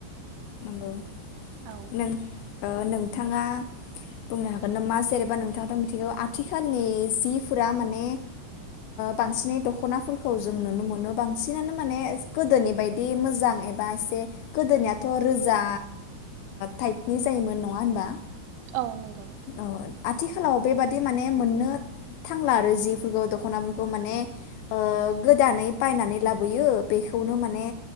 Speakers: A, on the left; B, on the right.
A: नंगौ
B: औ
A: नों नोंथाङा बुंनो हागोन नामा जेनेबा नोंथाङाथ मिथिगौ आथिखालनि जिफोरा माने बांसिनै दखनाफोरखौ जों नुनो मोनो बांसिनानो माने गोदोनि बायदि मोजां एबा एसे गोदोनिया दाथ रोजा टाइपनि जायोमोन नङा होनबा।
B: औ नंगौ।
A: ओ आथिखालाव बेबादि माने मोननो थांला आरो जिफोरखौ दखनाफोरखौ माने गोदानै बायनानै लाबोयो बेखौनो माने